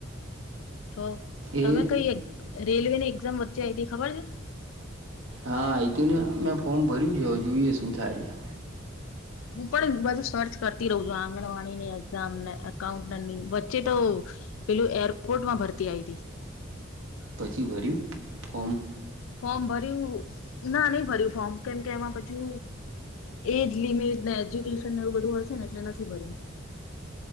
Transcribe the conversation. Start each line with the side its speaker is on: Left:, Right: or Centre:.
Left: તો તમે
Right: એ
Left: કઈ રેલવે ની એક્ઝામ વચ્ચે આ‌ઇ તી ખબર છે.
Right: હા આઇ થી ને એમે ફોર્મ ભર્યું છે જોઈએ શું થાય છે. હ <unintelligible>
Left: હું પણ બધું સર્ચ કરતી રહું છું આંગણવાડીની એક્ઝામ એકકાઉન્ટની વચ્ચે તો. પેલું એરપોર્ટ માં ભરતી આઈ તી.
Right: પછી ભર્યું ફોર્મ.
Left: ફોર્મ ભર્યું ના નહી ભર્યું ફોર્મ કેમ કે એમાં પછુ. એજ લિમિટ ને એજ્યુકેશન એવું બધું હતું ને એટલે નથી ભર્યું.